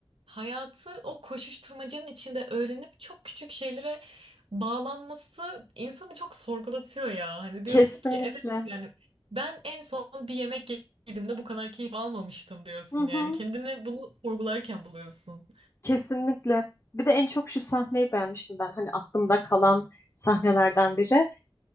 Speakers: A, on the right (about 85°); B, on the left (about 30°).
A: hayatı o koşuşturmacanın içinde öğrenip çok küçük şeylere bağlanması insanı çok sorgulatıyor ya. Hani
B: kesinlikle.
A: diyorsun ki evet yani ben en son bir yemek yediğimde bu kadar keyif almamıştım diyorsun
B: Hı hı.
A: yani kendini bunu sorgularken buluyorsun.
B: Kesinlikle. Bir de en çok şu sahneyi beğenmiştim ben. Hani aklımda kalan sahnelerden biri.